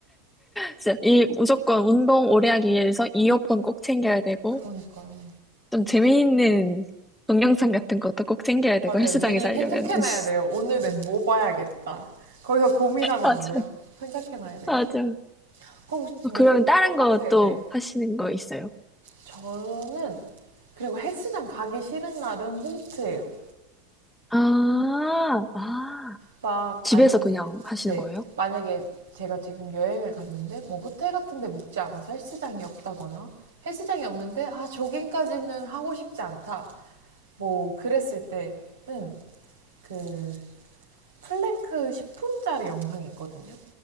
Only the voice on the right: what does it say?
그러니까요
맞아요
미리 생각해놔야
돼요 오늘은 뭐 봐야겠다 거기서 고민하면
안 돼요 생각해놔야 돼요
그럼 혹시
뭐
홈트가
네네
저는 그리고 헬스장 가기 싫은 날은 홈트예요
막
아니면
네
만약에 제가 지금 여행을 갔는데 뭐 호텔 같은 데 묵지 않아서 헬스장이 없다거나 헬스장이 없는데 아 조깅까지는 하고 싶지 않다 뭐 그랬을 때는 그 플랭크 10분짜리 영상이 있거든요